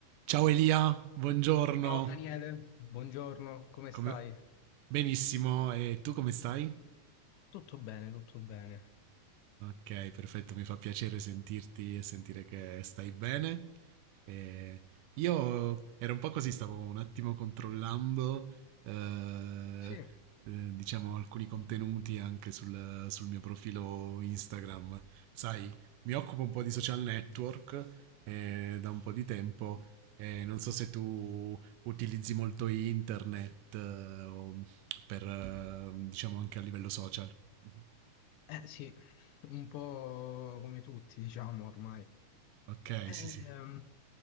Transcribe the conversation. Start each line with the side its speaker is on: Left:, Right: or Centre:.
Right: Ciao Elia, buongiorno.
Left: Ciao Daniele, buongiorno, come
Right: Come-
Left: stai?
Right: Benissimo, e tu come stai?
Left: Tutto bene, tutto bene.
Right: Ok, perfetto, mi fa piacere sentirti e sentire che stai bene. E io ero un po' così, stavo un attimo controllando, eh,
Left: Sì, eh
Right: eh, diciamo, alcuni contenuti anche sul, sul mio profilo Instagram. Sai, mi occupo un po' di social network eh, da un po' di tempo e non so se tu utilizzi molto internet eh, o per, eh, diciamo, anche a livello social. Mhm.
Left: sì, un po' come tutti, diciamo ormai.
Right: Ok,
Left: Ehm,
Right: sì, sì.